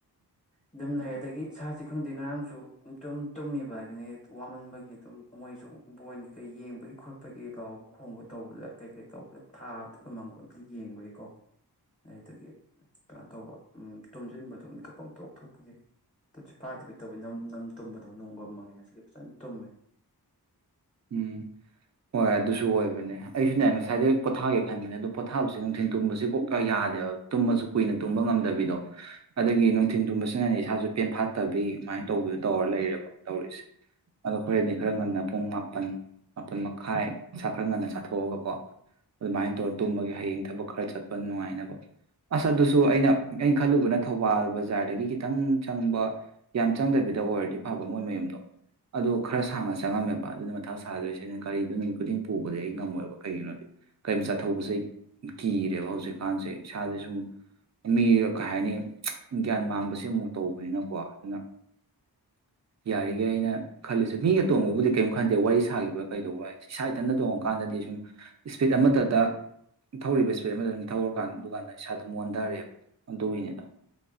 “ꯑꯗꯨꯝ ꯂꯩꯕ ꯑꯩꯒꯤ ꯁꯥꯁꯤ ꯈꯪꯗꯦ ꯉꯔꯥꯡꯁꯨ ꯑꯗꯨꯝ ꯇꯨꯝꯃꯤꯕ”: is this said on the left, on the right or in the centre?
Left